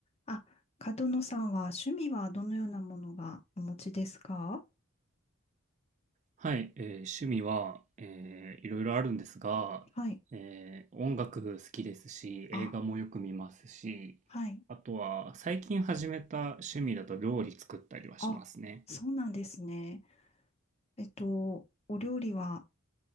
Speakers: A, on the left (about 30°); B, on the right (about 35°).
A: あ、角野さんは趣味はどのようなものがお持ちですか
B: はい、えー趣味は、えーいろいろあるんですが、
A: はい。
B: えー音楽好きですし、
A: あ、
B: 映画もよく見ますし、
A: はい。
B: あとは最近始めた趣味だと料理作ったりはしますね。
A: あ、そうなんですね。えっと、お料理は